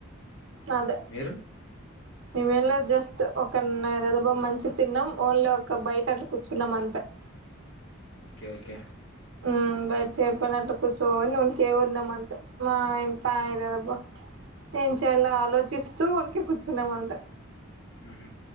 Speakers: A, on the right; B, on the left.
A: అదే
B: మీరు
A: ఇ మేలో జస్ట్ ఒక ఏదదో బా మంచి తిన్నాం ఓన్లీ ఒక బయట అట్లా కూర్చున్నాం అంతా అ
B: ఓకే ఓకే
A: ఆ బయట చెడిపోయినట్లు కూర్చో నుకే ఉన్నామ అంత మా ఇం పాయదదబ్బ ఏం చేయాల ఆలోచిస్తూ ఉంటికే కూర్చున్నామ అంతా
B: ఆహ